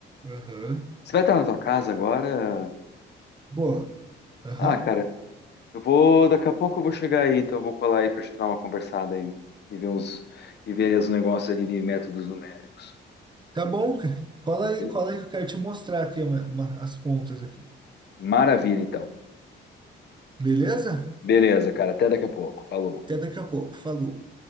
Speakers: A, on the right; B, on the left.
A: Aham.
B: Você vai estar na tua casa agora?
A: Boa. Aham.
B: Ah, cara, eu vou. Daqui a pouco eu vou chegar aí, então eu vou colar aí pra gente dar uma conversada aí e ver uns e ver os negócios ali de métodos numéricos.
A: Tá bom, cara. Cola aí,
B: Bele-
A: cola aí que eu quero te mostrar aqui uma- uma- as pontas aqui.
B: Maravilha, então.
A: Beleza?
B: Beleza, cara. Até daqui a pouco. Falou.
A: Até daqui a pouco. Falou.